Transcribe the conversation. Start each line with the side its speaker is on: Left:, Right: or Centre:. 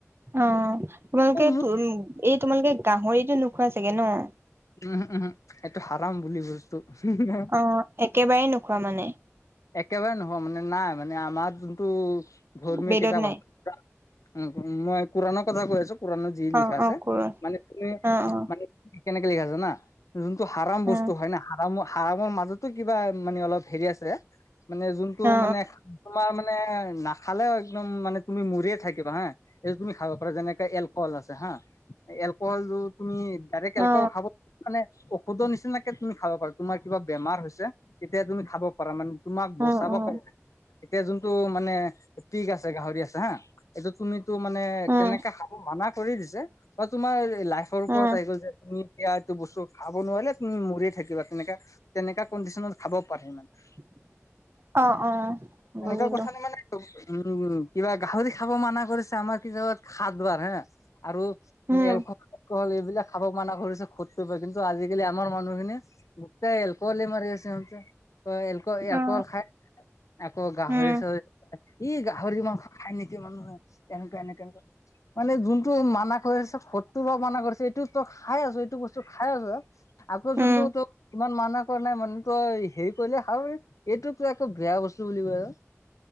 Right: অঁ! তোমালোকে
Left: মোৰ
Right: ত এই তোমালোকে গাহৰিটো নোখোৱা চাগে ন? <unintelligible>
Left: উম-উম <unintelligible> এইটো হাৰাম বুলি গৈছো <unintelligible> <unintelligible>
Right: অ! একেবাৰেেই নোখোৱা মানে।
Left: একেবাৰে নহয় মানে নাই মানে আমাৰ যোনটো ধৰ্মীয়
Right: বেদত
Left: কিতাপ
Right: নাই
Left: আছে <unintelligible> <unintelligible> উম মই কুৰানৰ কথা কৈ আছো কুৰানৰত যি
Right: অ
Left: লিখা আছে
Right: অ কৰ
Left: মানে তুমি
Right: অ অ
Left: মানে <unintelligible> কেনেকে লিখা যায় জানা যোনটো হাৰম বস্তু
Right: উ
Left: হয় না <unintelligible> <unintelligible> হাৰামৰ-হাৰামৰ মাজতো কিবা মানে অলপ হেৰি আছে মানে যোনটো
Right: অ
Left: মানে তোমাৰ মানে নাখালেও একদম মানে তুমি মৰিয়েই থাকিবা হা, এই তুমি খাব পাৰা যেনেকে এল <unintelligible> এলক'হল আছে হা, এলক'হলটো তুমি ডাইৰেক্ট
Right: অ
Left: এল
Right: অ
Left: <unintelligible> মানে ঔষধৰ নিচিনাকে তুমি খাব পাৰা। তোমাৰ কিবা বেমাৰ হৈছে তেতিয়া তুমি খাব পাৰা মানে। <unintelligible> তোমাক
Right: উম
Left: বচাব
Right: উম
Left: পাৰে। এতিয়া যোনটো মানে পিক আছে গাহৰি আছে হা। <unintelligible> এইটো তুমিটো মানে
Right: উম
Left: তেনেকা খাব মানা কৰি দিছে বা তোমাৰ লাইফৰ ওপৰত
Right: উম
Left: আহি গ'ল যে। <unintelligible> তুমি এয়া এইটো বস্তু খাব নোৱাৰিলে তুমি মৰিয়েই থাকিবা। তেনেকা-তেনেকা কণ্ডিচনত খাব পাৰি মানে। <unintelligible>
Right: <unintelligible> অ বুজিলো
Left: এনেকুৱা কথা নে মানে <unintelligible> <unintelligible> উম! কিবা গাহৰি খাব মানা কৰিছে আমাৰ কি জত সাত বাৰ হা <unintelligible> আৰু তুমি
Right: উম
Left: এলক'হল-এলক'হল এইবিলাক খাব মানা কৰিছে <unintelligible> কিন্তু আজিকালি আমাৰ মানুহখিনিয়ে গোটেই এলক'হলেই মাৰি আছে। এলক'হল
Right: অ
Left: খাই <unintelligible> আকৌ গাহৰি-চাহৰি,
Right: উম
Left: ই গাহৰি কি মাংস খাই নেকি মানুহে? <unintelligible> এনেকুৱা এনেকে-এনেকে <unintelligible> মানে যোনটো মানা কৰিছে সত্ৰু বা মানা কৰিছে এইটোত <unintelligible> খাই আছোঁ, এইটো বস্তু খাই আছোঁ, আকৌ
Right: উম
Left: যোনটো ত <unintelligible> ইমান মানা কৰা নাই মানে তই হেৰি কৰিলে ভাল <unintelligible> এইটোকতো আকৌ বেয়া বস্তু বুলি কয় ন? <unintelligible>